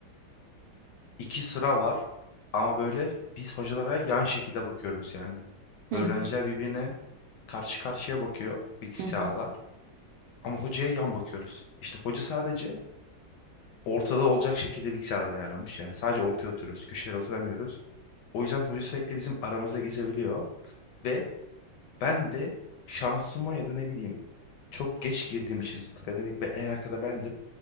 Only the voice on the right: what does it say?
Hı
hı.
Hı